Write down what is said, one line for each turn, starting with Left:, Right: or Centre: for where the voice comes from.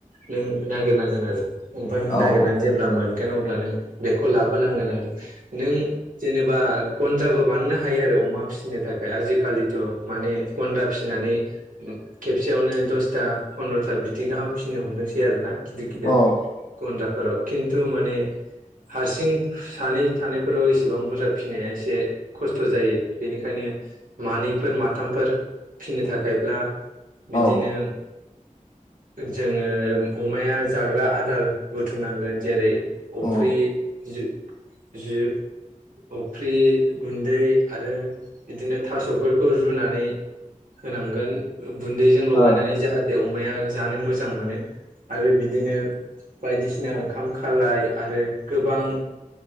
Right: नों नागिरनांगोन आरो ओमफ्राय
Left: औ
Right: नागिरनानै
Left: औ
Right: जेब्ला मोनगोन अब्ला नों बेखौ लाबोनांगोन आरो नों जेनेबा गन्द्राबो बानायनो हायो आरो अमा फिसिनो थाखाय आजिखालिथ' माने गन्द्रा फिनानै खेबसेयावनो दसथा फन्द्रथा बिदि गाहाम फिनो हमदोंसै आरो ना गिदिर गिदिर
Left: अ
Right: गन्द्रा फोराव खिनथु माने हारसिं सानै थानायफोराव एसेबां बुरजा फिसिनाया एसे खस्थ' जायो बेनिखायनो मानैफोर माथामफोर फिनो थाखायब्ला
Left: औ
Right: बिदिनो जोङो अमाया जाग्रा आदार बुथुमनांगोन जेरै
Left: औ
Right: अफ्रि
Left: ओ
Right: जु जु अफ्रि गुन्दै आरो बिदिनो थास'फोरखौ रुनानै होनांगोन गुन्दैजों लगायनानै
Left: अ
Right: जाहाथे अ अमाया जानो मोजां मोनो आरो बिदिनो बायदिसिना ओंखाम खालाय आरो गोबां